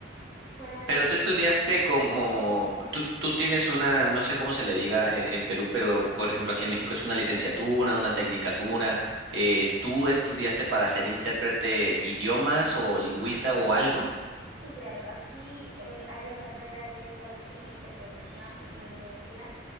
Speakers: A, on the right (about 45°); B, on the right (about 70°).
A: Fuera de,
B: Pero tú estudiaste como, tú, tú tienes una, no sé cómo se le diga eh, en Perú, pero por ejemplo aquí en México es una licenciatura, una tecnicatura. eh, ¿tú estudiaste para ser intérprete idiomas o lingüista o algo?
A: Sí, claro. Aquí eh, hay la carrera de traducción e interpretación en la universidad.